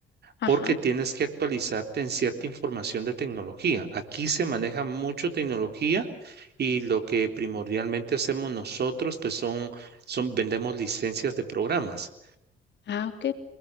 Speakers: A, on the left; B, on the right.
A: Ajá.
B: porque tienes que actualizarte en cierta información de tecnología. Aquí se maneja mucho tecnología y lo que primordialmente hacemos nosotros, pues son, son vendemos licencias de programas.
A: Ah, ok.